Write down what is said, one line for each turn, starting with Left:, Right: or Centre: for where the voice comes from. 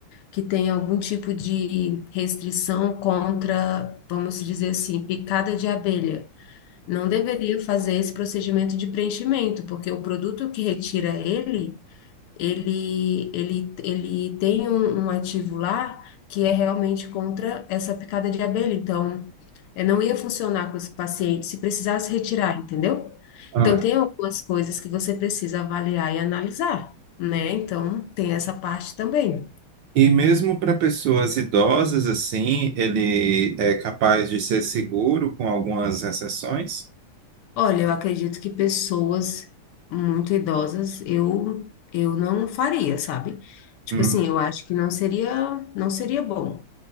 Left: que tem algum tipo de restrição contra, vamos dizer assim, picada de abelha, não deveria fazer esse procedimento de preenchimento, porque o produto que retira ele, ele, ele, ele tem um, um ativo lá que é realmente contra essa picada de abelha. Então, eh, não ia funcionar com esse paciente se precisasse retirar, entendeu?
Right: uhum.
Left: Então, tem algumas coisas que você precisa avaliar e analisar, né? Então, tem essa parte também.
Right: E mesmo para pessoas idosas, assim, ele é capaz de ser seguro com algumas exceções?
Left: Olha, eu acredito que pessoas muito idosas eu eu não faria, sabe? Tipo
Right: Hum,
Left: assim, eu acho que não seria não seria bom,